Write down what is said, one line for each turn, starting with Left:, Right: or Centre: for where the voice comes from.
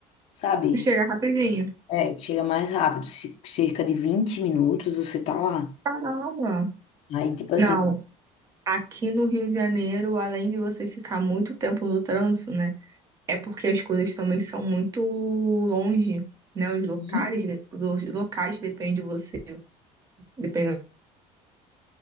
Left: sabe?
Right: Chega rapidinho.
Left: É, que chega mais rápido, ci- cerca de 20 minutos você tá lá.
Right: Caramba.
Left: Aí, tipo assim,
Right: Não, Aqui no Rio de Janeiro, além de você ficar muito tempo no trânsito, né? É porque as coisas também são muito longe, né? Os locais,
Left: Uhum.
Right: de- os locais depende de você, dependendo